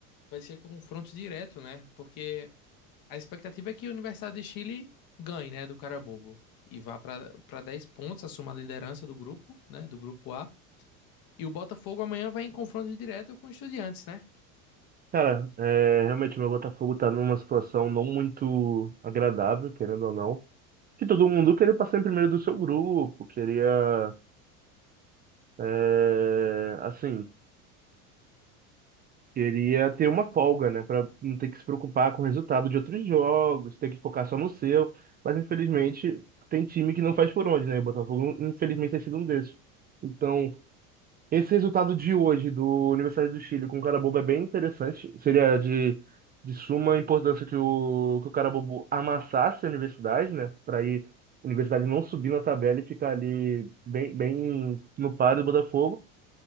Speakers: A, on the left (about 55°); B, on the right (about 25°).
A: vai ser confronto direto, né? Porque a expectativa é que o Universidade de Chile ganhe, né, do Carabobo e vá para para 10 pontos, assuma a liderança do grupo, né, do grupo A. E o Botafogo amanhã vai em confronto direto com o Estudiantes, né?
B: Cara, é, realmente o meu Botafogo tá numa situação não muito agradável, querendo ou não. Que todo mundo queria passar em primeiro do seu grupo, queria, é, assim, queria ter uma folga, né? Pra não ter que se preocupar com o resultado de outros jogos, ter que focar só no seu. Mas infelizmente tem time que não faz por onde, né? O Botafogo, infelizmente, tem sido um desses. Então, Esse resultado de hoje do Universidade do Chile com o Carabobo é bem interessante. Seria de, de suma importância que o, que o Carabobo amassasse a universidade, né? Para ir a universidade não subir na tabela e ficar ali bem, bem no par do Botafogo.